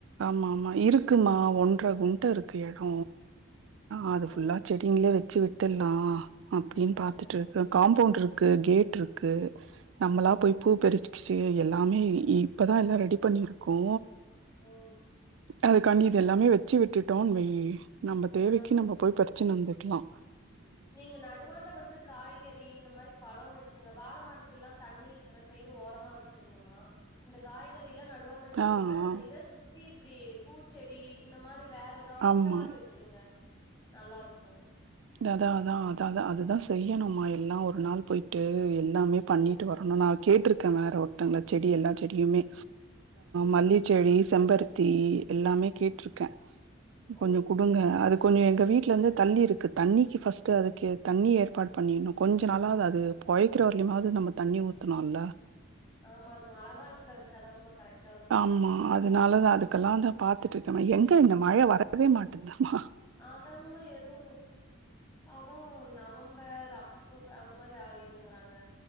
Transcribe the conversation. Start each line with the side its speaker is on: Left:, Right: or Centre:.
Right: ஆமா ஆமா இருக்குமா ஒன்ற குண்ட இருக்கு இட அது
Left: ஓ!
Right: ஃபுல்லா செடி நீங்களே வச்சு விட்டுலா அப்டின்னு
Left: அதாங்கம்மா.
Right: பாத்துட்டு இருக்கு காம்பௌண்ட் இருக்கு கேட் இருக்கு இருக்கு நம்மள
Left: ஓ!
Right: போய் பூ பறிச்சு எல்லாமே இப்பதா எல்லா ரெடி பண்ணிருக்கோ
Left: ஓ
Right: அதுக்காண்டி இது எல்லாமே வச்சு விட்டுட்டோம்னு வெய் நம்ம தேவைக்கு
Left: ஆ.
Right: நம்ம போய் பரிச்சுட்டு வந்துக்கலா
Left: நீங்க நடுவாண்ட வந்து காய்கறி இந்த மாதிரி பழ வச்சிருங்க வாழ மரத்து எல்லா தண்ணி இருக்கிற சைடு ஓரமா வச்சிருங்கம்மா இந்த காய்கறி நடுவாண்ட வச்சிருங்க
Right: ஆ,
Left: இந்த
Right: ஆ.
Left: இத சுத்தி இப்டி பூச்செடி இந்த மாதிரி வேற அதாவது
Right: ஆமா.
Left: இந்த மாதிரி வச்சிருங்க நல்லா இருக்கு
Right: அதா அதா அத அதுதா செய்யணும்மா எல்லா ஒரு நாள் போயிட்டு எல்லாமே பண்ணிட்டு
Left: ம்.
Right: வரணு நான் கேட்டிருக்க வேற ஒருத்தங்கள செடி எல்லா செடியுமே
Left: ஓ!
Right: மல்லிக செடி செம்பருத்தி எல்லாமே கேட்டுருக்க
Left: ஓ
Right: கொஞ்ச கொடுங்க
Left: செரி செரிங்க
Right: அது கொஞ்ச எங்க வீட்டு்ல இருந்து தள்ளி இருக்குது தண்ணிக்கு ஃபாஸ்ட் அதுக்கு தண்ணி ஏற்பாடு பண்ணிருன்னு கொஞ்ச நாளாவது அது பொழைக்கிற வரையமாவது நம்ம தண்ணி ஊற்ற த்துனுல
Left: ஆமா அது மழ காத்துல வச்சாதங்கமா கரெக்ட்
Right: ஆமா அதனாலதா அதுக்கெல்லா த பாத்துட்டு இருக்கங்க எங்க இந்த மழ வரவே மாட்தாமா
Left: அதாங்கமா ஏதோ அதா நவம்பர் அக்டோபர் அந்த மாதிரி ஆ இருங்கறாங்க